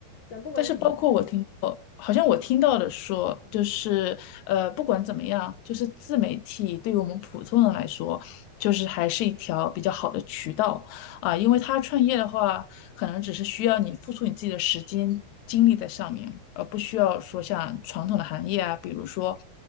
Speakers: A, on the left; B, on the left.
A: 但不管怎么，
B: 但是包括我听到，好像我听到的说，就是呃，不管怎么样，就是自媒体对于我们普通人来说，就是还是一条比较好的渠道啊，因为他创业的话，可能只是需要你付出你自己的时间精力在上面，而不需要说像传统的行业啊，比如说。